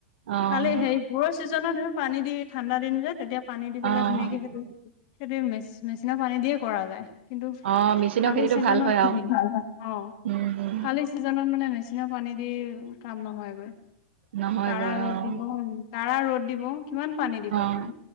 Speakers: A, on the right; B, on the left.
A: অ',
B: খালি হেইবোৰৰ চিজনত হে পানী দি ঠাণ্ডা দিন যে তেতিয়া পানী দি পেলাই
A: অ',
B: ধুনীয়াকে সেইটো, সেইটোৱেই মেচি মেচিনত পানী দিয়ে কৰা যায় কিন্তু,
A: অ', মেচিনৰ
B: শালী
A: খেতিটো
B: চিজনত
A: ভাল হয়
B: <inaudible>
A: আৰু
B: অ'।
A: উম, উম,
B: খালী চিজনত মানে মেচিন সেই পানী দি কাম নহয়গৈ।
A: নহয়গৈ
B: কাঢ়া ৰ'দ
A: অ',
B: দিব, কাঢ়া ৰ'দ দিব। কিমান পানী দিব
A: অ',
B: আপুনি।